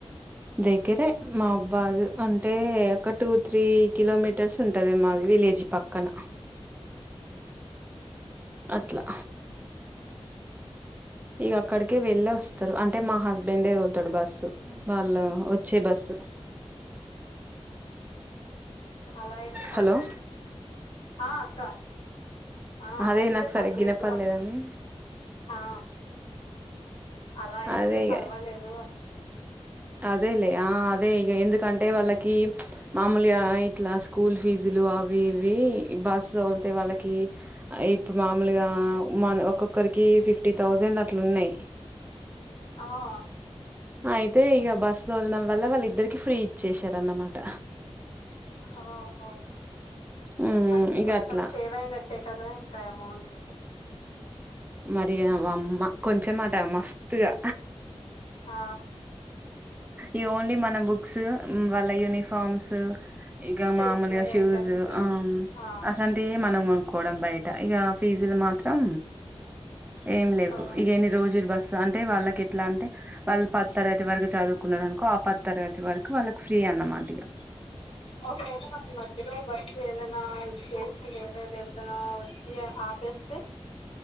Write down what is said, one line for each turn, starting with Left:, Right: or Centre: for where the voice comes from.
Right: దగ్గరే మా మహబాదు అంటే ఒక టూ త్రీ కిలోమీటర్ ర్స్ ఉంటది మాది విలేజీ పక్కన అట్లా ఇక అక్కడికే వెళ్ళి వస్తారు అంటే మా హస్బెండ్ తోలతాడు బస్సు వాళ్ళ వచ్చే బస్సు
Left: అలా అయితే పర్లేదు
Right: హలో
Left: ఆ అక్క ఆ అలా
Right: అదే
Left: అయితే
Right: నాకు సరిగ్గా
Left: పర్లేదు
Right: ఇనపడలేదని
Left: అంటున్నా ఆ అలా అయితే
Right: ఆ అదే ఇగ
Left: పర్వాలేదు అను
Right: అదేలే ఆ అదే ఇగ ఎందుకంటే వాళ్ళకి మామూలిగా ఇట్లా స్కూల్ ఫీజులు అవి ఇవి బస్ తోలితే వాళ్ళకి ఇప్పుడు మామూలుగా మ ఒక్కొక్కరికి ఫిఫ్టీ థౌజండ్ అట్లు ఉన్నాయి
Left: ఆవా
Right: అయితే ఇక బస్సు తోలనడం వల్ల వాళ్ళు ఇద్దరికి ఫ్రీ ఇచ్చసారన్నమాట
Left: ఓహో
Right: హ్మ్
Left: మనకి
Right: ఇగ
Left: కొంచెం
Right: అట్లా
Left: సేవ్ అయినట్ టే కదా ఇంక ఆ అమాౌంట్
Right: మరి అమ్మ కొంచెం అట మస్తుత్గా
Left: ఆ
Right: ఈ ఓన్లీ మన బుక్స్ వాళ్ళ యూనిఫార్మ్స్ ఇగ
Left: స్టేషనరీ
Right: మామూలుగా షూస్
Left: ఐటమ్స్
Right: ఆ
Left: ఆ
Right: అస టే మన కొనుడం బయట ఇ ఫీజులు మాత్రం ఏం లేవు
Left: ఆ
Right: ఇ రోజులు బస్సు అంటే వాళ్ళకి ఎట్లా అంటే వాళ్ళ పద్ తరగతి వరకు చదువుకున్నాడానుకో ఆ పద్ తరగతి వరకు వాళ్ళకి ఫ్రీ అన్నమాట ఇక
Left: ఒక వేళా మన మధ్యలో బస్సు ఏదైనా ఇన్కేస్ చేసి వేరే ఏది ఏదనా వచ్చి ఇగ ఆపేస్తే